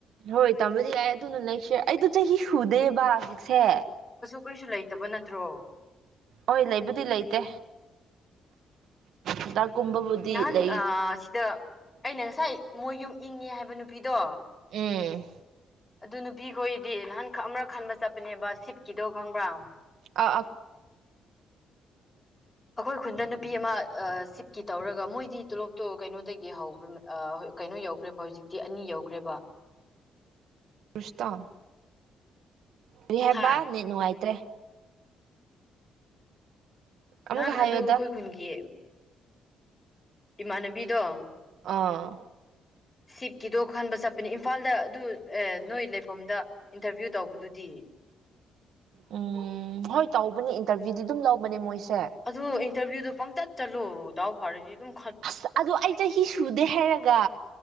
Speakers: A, on the right (about 75°); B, on the left (about 20°).
A: ꯍꯣꯏ ꯇꯕ ꯌꯥ ꯑꯗꯨꯅ ꯂꯩꯁ ꯑꯩꯗ ꯆꯍꯤ ꯁꯨꯗꯦꯕ ꯍꯧꯖꯤꯛꯁꯦ
B: ꯀꯨꯔꯤꯁꯨ ꯂꯩꯇꯕ ꯅꯠꯇ꯭ꯔꯣ
A: ꯍꯣꯏ ꯂꯩꯕꯨꯗꯤ ꯂꯩꯇꯦ ꯍꯤꯗꯥꯛꯀꯨꯝꯕꯕꯨꯗꯤ
B: ꯅꯍꯥꯟ
A: ꯂꯩ
B: ꯁꯤꯗ ꯑꯩꯅ ꯉꯁꯥꯏ ꯃꯣꯏ ꯌꯨꯝ ꯏꯪꯉꯦ ꯍꯥꯏꯕ ꯅꯨꯄꯤꯗꯣ
A: ꯍ
B: ꯑꯗꯨ ꯅꯨꯄꯤ ꯈꯣꯏꯗꯤ ꯅꯍꯥꯟ ꯈꯛ ꯑꯃꯔꯛ ꯈꯟꯕ ꯆꯠꯄꯅꯦꯕ ꯁꯤꯠꯀꯤꯗꯣ ꯈꯪꯕ꯭ꯔꯥ
A: ꯑ ꯑ
B: ꯑꯩꯈꯣꯏ ꯈꯨꯟꯗ ꯅꯨꯄꯤ ꯑꯃ ꯁꯤꯞꯀꯤ ꯇꯧꯔꯒ ꯃꯣꯏꯗꯤ ꯇꯣꯂꯣꯞ ꯇꯣꯂꯣꯞ ꯀꯩꯅꯣꯗꯒꯤ ꯍꯧꯕ ꯀꯩꯅꯣ ꯌꯧꯈ꯭ꯔꯦꯕ ꯍꯧꯖꯤꯛꯇꯤ ꯑꯅꯤ ꯌꯧꯈ꯭ꯔꯦꯕ
A: ꯔꯁꯇꯥ ꯔꯤꯍꯦꯕ
B: ꯍꯥ
A: ꯅ ꯅꯨꯡꯉꯥꯏ ꯇ꯭ꯔꯦ ꯑꯃꯨꯛꯀ
B: ꯅꯍꯥꯟ
A: ꯍꯥꯏꯌꯣꯗ
B: ꯑꯗꯨ ꯑꯩꯈꯣꯏ ꯈꯨꯟꯒꯤ ꯏꯃꯥꯟꯅꯕꯤꯗꯣ
A: ꯑꯥ
B: ꯁꯤꯞꯀꯤꯗꯣ ꯈꯟꯕ ꯆꯠꯄꯅꯦ ꯏꯝꯐꯥꯜꯗ ꯑꯗꯨ ꯅꯣꯏ ꯂꯩꯐꯝꯗ ꯏꯟꯇꯔꯚꯤꯌꯨ ꯇꯧꯕꯗꯨꯗꯤ
A: ꯎꯝ ꯎꯝ ꯍꯣꯏ ꯇꯧꯕꯅꯦ ꯏꯟꯇꯔꯚꯤꯌꯨꯗꯤ ꯑꯗꯨꯝ ꯂꯧꯕꯅꯦ ꯃꯣꯏꯁꯦ
B: ꯑꯗꯨ ꯏꯟꯇꯔꯚꯤꯌꯨꯗꯣ ꯄꯪꯇꯠ ꯆꯂꯣꯗꯗꯥꯎ ꯐꯥꯔꯅꯤ ꯑꯗꯨ
A: ꯑꯁ ꯑꯗꯨ ꯑꯩ ꯆꯍꯤ ꯁꯨꯗꯦ ꯍꯥꯏꯔꯒ